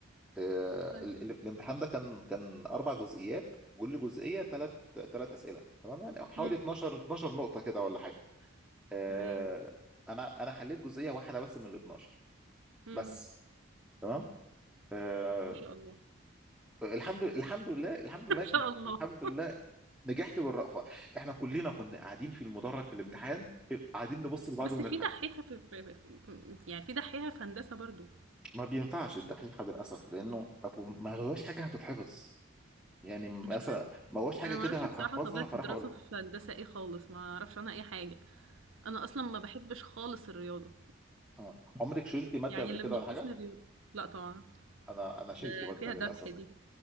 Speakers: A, in the centre; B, on the right.
A: آه،
B: حلو
A: ال- ال- الامتحان ده كان كان اربع جزئيات كل جزئيه ثلاث ثلاث اسئله تمام يعني حوالي
B: امم
A: 12 12 نقطه كده ولا حاجه آه،
B: تمام
A: انا انا حليت جزئيه واحده بس من ال 12
B: امم
A: بس تمام آه،
B: ما شاء الله
A: الحمد الحمد لله الحمد
B: <laughs>
A: لله
B: ما شاء الله
A: الحمد لله نجحت بالرأفة احنا كلنا كنا قاعدين في المدرج في الامتحان قاعدين نبص لبعض
B: بس
A: ونضحك
B: في دحيحة في, في, في يعني في دحيحة في هندسة برضو
A: ما بينفعش الدحيحة للأسف لأنه أصل ما هواش حاجة هتتحفظ يعني مثلا
B: مش عارف
A: ما هواش حاجة
B: انا
A: كده
B: ما اعرفش
A: هحفظها
B: بصراحة طبيعة
A: فراح
B: الدراسة
A: أقولها
B: في هندسة ايه خالص ما اعرفش عنها اي حاجة انا اصلا ما بحبش خالص الرياضة
A: آه. عمرك شلتي مادة
B: يعني
A: قبل
B: اللي
A: كده
B: منقصني
A: ولا حاجة؟
B: الرياضة لا طبعا
A: أنا أنا شلت
B: ده
A: مادة
B: فيها
A: للأسف
B: ذبح دي